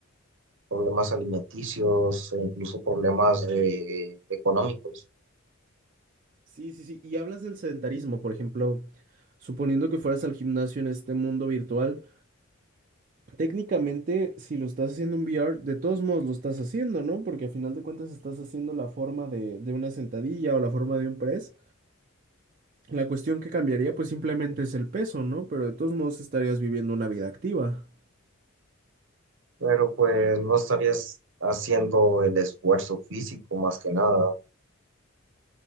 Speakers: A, on the right; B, on the right.
A: problemas alimenticios e incluso problemas de- económicos.
B: Sí, sí, sí. Y hablas del sedentarismo, por ejemplo, suponiendo que fueras al gimnasio en este mundo virtual, técnicamente si lo estás haciendo en VR, de todos modos lo estás haciendo, ¿no? Porque a final de cuentas estás haciendo la forma de, de una sentadilla o la forma de un press. La cuestión que cambiaría pues simplemente es el peso, ¿no? Pero de todos modos estarías viviendo una vida activa.
A: Pero pues no estarías haciendo el esfuerzo físico más que nada.